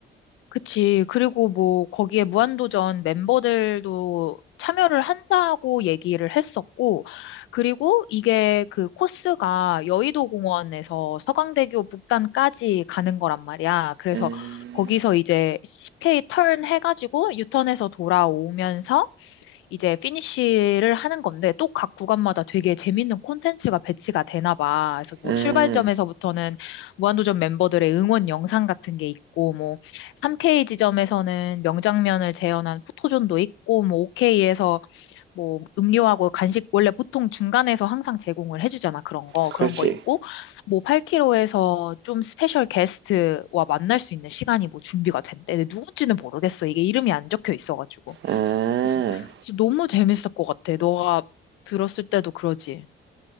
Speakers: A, on the left (about 80°); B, on the right (about 70°).
A: 그치. 그리고 뭐, 거기에 무한도전 멤버들도 참여를 한다고 얘기를 했었고, 그리고 이게 그 코스가 여의도 공원에서 서강대교 북단까지 가는 거란 말이야. 그래서
B: 음,
A: 거기서 이제 10K 턴 해가지고 유턴해서 돌아오면서 이제 피니쉬를 하는 건데 또 각 구간마다 되게 재밌는 콘텐츠가 배치가 되나 봐. 그래서 뭐
B: 음,
A: 출발점에서부터는 무한도전 멤버들의 응원 영상 같은 게 있고 뭐 3K 지점에서는 명장면을 재현한 포토존도 있고 뭐 5K에서 뭐 음료하고 간식 원래 보통 중간에서 항상 제공을 해주잖아. 그런 거
B: 그렇지.
A: 그런 거 있고 뭐 8km에서 좀 스페셜 게스트와 만날 수 있는 시간이 뭐 준비가 된대. 근데 누군지는 모르겠어. 이게 이름이 안 적혀 있어가지고.
B: 음.
A: 그래서, 그래서 너무 재밌을 것 같아. 너가 들었을 때도 그러지.